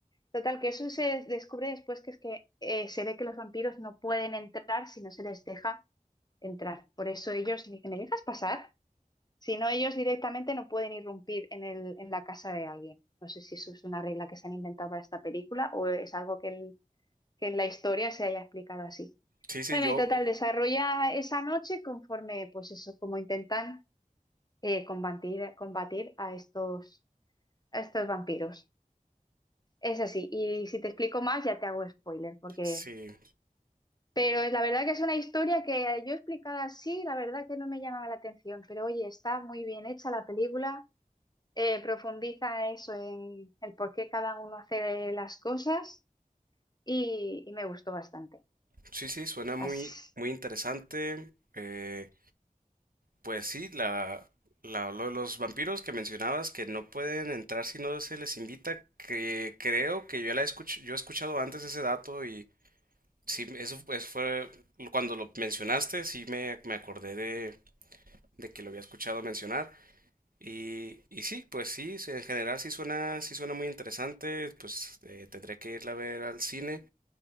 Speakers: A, on the left; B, on the right.
A: Total, que eso se descubre después que es que eh, se ve que los vampiros no pueden entrar si no se les deja entrar. Por eso ellos dicen, ¿me dejas pasar? Si no, ellos directamente no pueden irrumpir en el, en la casa de alguien. No sé si eso es una regla que se han inventado para esta película o es algo que en, que en la historia se haya explicado así.
B: Sí, sí,
A: Bueno,
B: yo,
A: y total, desarrolla esa noche conforme, pues eso, como intentan eh, combatir, combatir a estos, a estos vampiros. Es así, y si te explico más ya te hago spoiler, porque...
B: sí.
A: Pero la verdad que es una historia que eh, yo explicada así, la verdad que no me llamaba la atención, pero oye, está muy bien hecha la película eh, profundiza eso en el por qué cada uno hace las cosas y, y me gustó bastante.
B: Sí, sí, suena muy,
A: Así,
B: muy interesante. Eh, pues sí, la, la- lo de los vampiros que mencionabas que no pueden entrar si no se les invita, que creo que yo la escuch- yo he escuchado antes ese dato y sí, eso, eso fue cuando lo mencionaste, sí me, me acordé de, de que lo había escuchado mencionar. Y, y sí, pues sí, sí, en general sí suena, sí suena muy interesante, pues eh, tendré que irla a ver al cine.